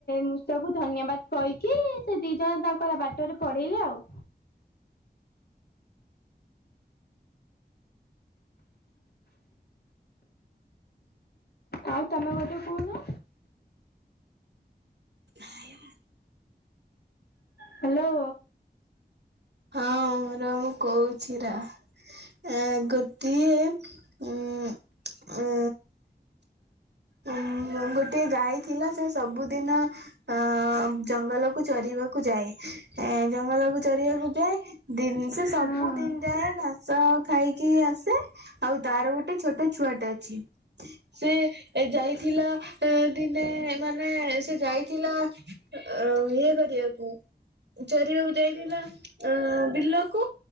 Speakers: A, on the left (about 65°); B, on the right (about 80°).
A: ମୂଷକୁ ଧନ୍ୟବାଦ କହିକି ସେ ଦି ଜଣ ତାଙ୍କର ବାଟରେ ପଢେଇଲେ ଆଉ। ଆଉ ତମ ଗୋଟେ କହୁନ?
B: ନାଇଁମ।
A: ହ୍ୟାଲୋ।
B: ହଁ ର ମୁଁ କହୁଛି ରା। ଆ ଗୋଟିଏ ଉମ ଉ ଉ ଗୋଟେ ଯାଇଥିଲା ସେ ସବୁଦିନ ଅ ଜଙ୍ଗଲ କୁ ଚରିବାକୁ ଯାଏ। ଏ ଜଙ୍ଗଲକୁ ଚରିବାକୁ ଯାଏ ଡିନି ସେ
A: ହଁ
B: ସବୁ ଦିନ ଯାଏ ତା ସଆ ଖାଇକି ଆସେ ଆଉ ତାର ଗୋଟେ ଛୋଟ ଛୁଆ ଟା ଅଛି। ସେ ଏ ଯାଇଥିଲା ଏ ଦିନେ ମାନେ ସେ ଯାଇଥିଲା ଆ ଆ ଇଏ କରିବାକୁ ଚରିବାକୁ ଯାଇଥିଲ। ଅ ବିଲକୁ